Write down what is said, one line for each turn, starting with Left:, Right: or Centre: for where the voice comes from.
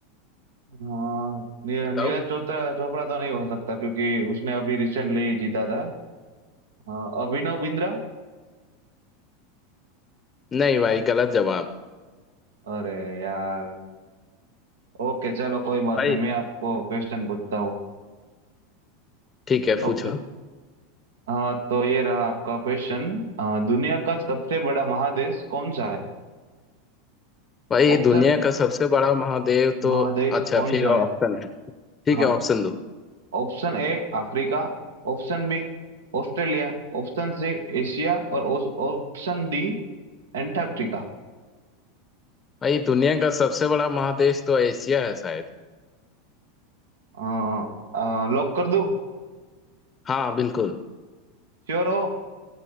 Right: अ, नी-
Left: बताओ
Right: नीरज चोपड़ा चोपड़ा तो नहीं हो सकता क्योंकि उसने अभी रिसेंटली जीता था अ, अभिनव बिंद्रा
Left: नहीं भाई गलत जवाब
Right: अरे यार ओके चलो कोई बात
Left: भाई
Right: नहीं मैं आपको क्वेश्चन पूछता हूँ
Left: ठीक है पूछो
Right: ओके हाँ तो ये रहा आपका क्वेश्चन दुनिया का सबसे बड़ा महादेश कौन सा है
Left: भाई
Right: ऑप्शन
Left: दुनिया का सबसे बड़ा महादेव तो
Right: महादेश
Left: अच्छा
Right: कौन
Left: फिर
Right: सा है
Left: ऑप्शन है ठीक
Right: हाँ
Left: है ऑप्शन दो
Right: Option A Africa option B Australia option C Asia और ऑस- ऑप्शन डी एंटार्क्टिका
Left: भाई दुनिया का सबसे बड़ा महादेश तो एशिया है शायद
Right: अ, अ, लॉक कर दूं
Left: हाँ बिल्कुल
Right: श्योर हो